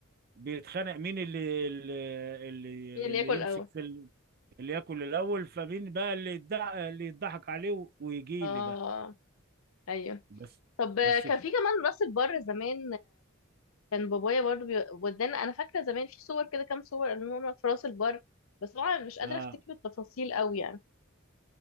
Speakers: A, on the right; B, on the left.
A: بيتخانق مين اللي اللي اللي,
B: مين اللي
A: اللي
B: ياكل
A: يمسك
B: اول
A: في ال- اللي ياكل الاول فمين بقى اللي يضحك اللي يضحك عليه ويجي
B: اه
A: لي بقى
B: ايوه
A: بس
B: طب آه،
A: بس في
B: كان في كمان راس البر زمان كان بابايا برضو بي... ودانا انا فاكره زمان في صور كده كام صور قالوا لنا في راس البر بس طبعا مش قادره
A: اه
B: افتكر التفاصيل قوي يعني